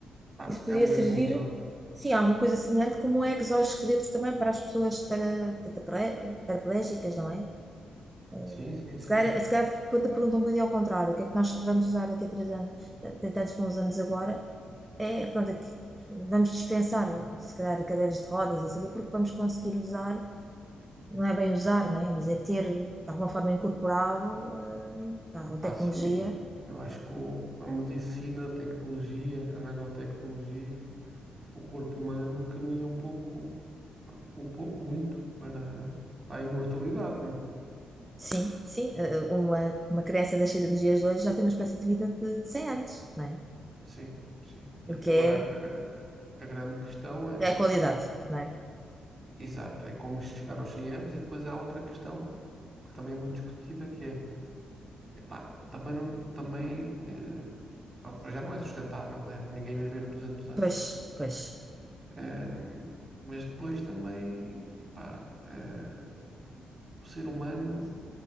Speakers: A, on the right; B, on the right.
A: Ah,
B: Isso podia
A: é uma
B: servir,
A: evolução.
B: sim, alguma coisa semelhante como exoesqueletos também para as pessoas tara- tetrapre- paraplégicas, não é? Eh,
A: Sim, sim, sim.
B: Se calhar, se calhar quando a pergunta é um bocadinho ao contrário, o que é que nós vamos usar daqui a três anos, tantos que não usamos agora, é, pronto, é que vamos dispensar, se calhar, cadeiras de rodas, assim, porque vamos conseguir usar, não é bem usar, não é? Mas é ter, de alguma forma, incorporado, eh, pá, a tecnologia
A: Ah, sim, eu acho que o- a medicina, a tecnologia, a nanotecnologia, o corpo humano caminha um pouco, um pouco muito para, para a imortalidade, né?
B: Sim, sim, eh, eh, uma, uma criança nascida nos dias de hoje já tem uma espécie de vida de 100 anos, não é?
A: Sim, sim. E
B: O que
A: agora
B: é,
A: a, a- a grande questão é
B: é a qualidade, não é?
A: Exato, é como chegar aos 100 anos e depois há outra questão que também é muito discutida que é, epá, também não, também, eh, pronto, para já não é sustentável, né? Ninguém viver 200 anos.
B: Pois, pois.
A: Ehm, mas depois também, epá, eh, o ser humano